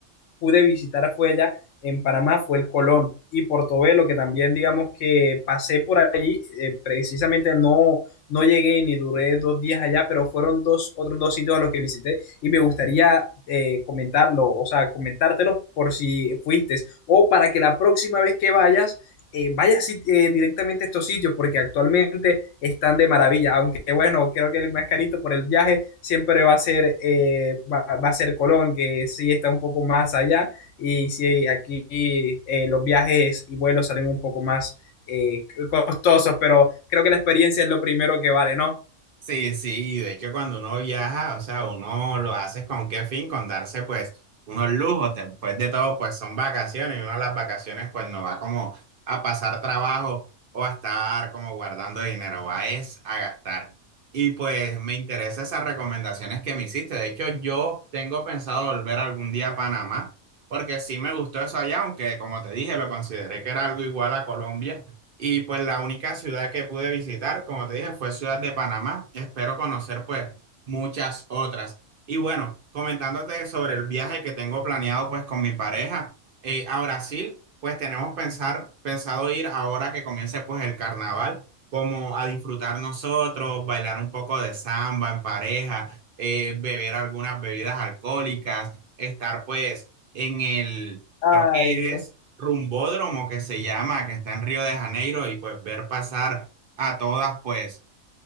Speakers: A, on the left; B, on the right.
A: pude visitar fue allá en Panamá, fue el Colón y Portobelo, que también digamos que pasé por allí, eh, precisamente no, no llegué ni duré dos días allá, pero fueron dos, otros dos sitios a los que visité y me gustaría eh, comentarlo, o sea, comentártelos por si fuiste o para que la próxima vez que vayas eh, vaya eh, directamente a estos sitios porque actualmente están de maravilla, aunque bueno, creo que el más carito por el viaje siempre va a ser, eh, va, va, a ser Colón, que sí está un poco más allá y sí, aquí eh, los viajes y vuelos salen un poco más eh, costosos, pero creo que la experiencia es lo primero que vale, ¿no?
B: Sí, sí, de hecho cuando uno viaja, o sea, uno lo hace con qué fin, con darse pues unos lujos, después de todo pues son vacaciones y uno a las vacaciones pues no va como a pasar trabajo o a estar como guardando dinero, va es a gastar. Y pues me interesan esas recomendaciones que me hiciste, de hecho yo tengo pensado volver algún día a Panamá, porque sí me gustó eso allá, aunque como te dije lo consideré que era algo igual a Colombia y pues la única ciudad que pude visitar, como te dije, fue Ciudad de Panamá. Espero conocer pues muchas otras. Y bueno, comentándote sobre el viaje que tengo planeado pues con mi pareja eh, a Brasil, pues tenemos pensar, pensado ir ahora que comience pues el carnaval, como a disfrutar nosotros, bailar un poco de samba en pareja, eh, beber algunas bebidas alcohólicas, estar pues en el...
A: Ay,
B: Creo que
A: Dios
B: es rumbódromo que se llama, que está en Río de Janeiro, y pues ver pasar a todas, pues,